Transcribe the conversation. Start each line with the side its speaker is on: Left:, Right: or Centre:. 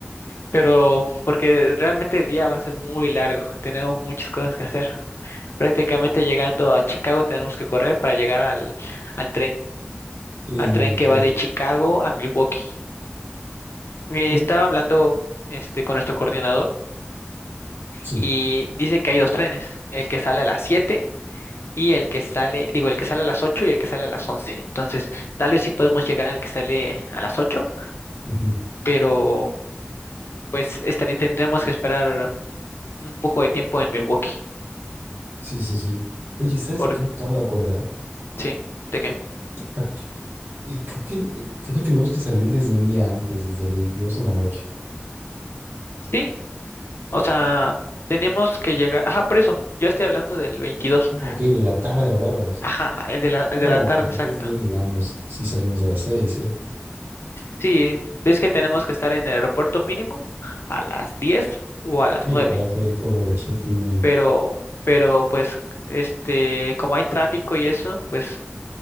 Left: pero porque realmente el día va a ser muy largo, tenemos muchas cosas que hacer. Prácticamente llegando a Chicago tenemos que correr para llegar al, al tren,
Right: Eh,
Left: al
Right: no
Left: tren
Right: manches.
Left: que va de Chicago a Milwaukee. Eh,
Right: Ujú,
Left: Estaba hablando este, con nuestro coordinador
Right: Sí,
Left: y dice que hay dos trenes, el que sale a las 7 y el que sale, digo, el que sale a las 8 y el que sale a las 11. Entonces, tal vez sí podemos llegar al que sale a las 8,
Right: ujú,
Left: pero pues estaría, tendríamos que esperar un poco de tiempo en Milwaukee.
Right: sí, sí, sí. Oye, ¿sabes
Left: Por,
Right: de qué me acabo de acordar?
Left: ¿sí? ¿De qué?
Right: Ac- eh, creo que, eh, creo que tenemos que salir desde un día antes, desde el 22 en la noche.
Left: Sí, o sea, tenemos que llegar, ajá, por eso, yo estoy hablando del 22.
Right: Ah, ok, de la tarde hablabas.
Left: ajá, el de la, el
Right: No,
Left: de la tarde,
Right: sí,
Left: exacto.
Right: entonces no llegamos. Sí, salimos a las seis. ¿eh?
Left: Sí, es que tenemos que estar en el aeropuerto mínimo a las 10 o a las
Right: Sí,
Left: 9.
Right: para hacer todo el check-in.
Left: pero, pero pues, este, como hay tráfico y eso, pues,